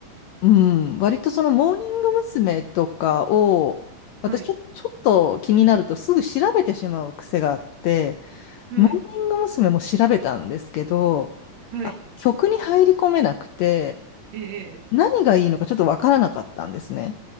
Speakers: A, on the left; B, on the right.
A: うん、割とそのモーニング娘。とかを、私ちょ、
B: はい。
A: ちょっと気になるとすぐ調べてしまう癖があって、
B: はい。
A: モーニング娘。も調べたんですけど、
B: はい。
A: あ、曲に入り込めなくて、
B: ええ
A: 何がいいのかちょっとわからなかったんですね。